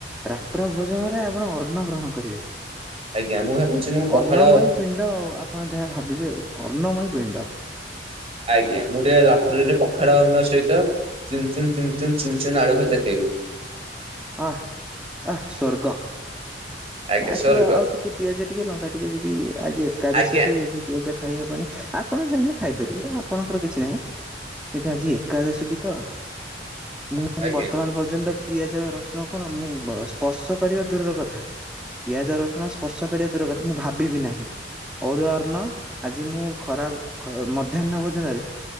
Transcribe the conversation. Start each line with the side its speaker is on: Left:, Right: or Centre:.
Centre: ରାତ୍ର ଭୋଜନରେ ଆପଣ ଅନ୍ନ ଗ୍ରହଣ କରିବେ।
Right: ଆଜ୍ଞା ମୁଁ ଭାବୁଛି ମୁଁ ପଖାଳ
Centre: ଅର୍ଣ୍ଣମୟୀ ପିଣ୍ଡ ଆଉ ଆପଣ ଯାହା ଭାବିବେ, ଅର୍ଣ୍ଣମୟୀ ପିଣ୍ଡ।
Right: ଆଜ୍ଞ ମୁ ତିକେ ରୀରେ ପଖାଳ ଅନ୍ନ ସହିତ ଚୁନ ଚଚୁ ଚୁଚୁନ ଆଳୁ ଭଜା ଖାଇବି।
Centre: ଆଃ ଆଃ ସ୍ବର୍ଗ।
Right: ଆଜ୍ଞା
Centre: ଏଠାରୁ
Right: ସ୍ୱର୍ଗ।
Centre: ଆଉ ଟିକେ ପିଆଜ ଟିକେ ଲଙ୍କା ଟିକେ ଯଦି ଆଜି ଏକାଦଶୀ
Right: ଆଜ୍ଞା
Centre: ଟି ପିଆଜ। ଖାଇହବନି ଆପଣ ଚାହିଁଲେ ଖାଇପାରିବେ, ଆପଣଙ୍କର କିଛି ନାହିଁ। ଏଇଟା ଆଜି ଏକାଦଶୀ ଠି ତ ମୁଁ
Right: ଆଜ୍ଞା
Centre: ବର୍ତ୍ତମାନ ପର୍ଯ୍ୟନ୍ତ ପିଆଜ ରସୁଣ କଣ ମୁଁ ସ୍ପର୍ଶ କରିବା ଦୂରର କଥା। ପିଆଜ ର ଶୁଣ ସ୍ପର୍ଶ କରିବା ଦୂର କଥା, ମୁଁ ଭାବିବି ନାହିଁ ଅରୁ ଅର୍ଣ ଆଜି ମୁଁ ଖରାପ ମଧ୍ୟାହ୍ନ ଭୋଜନରେ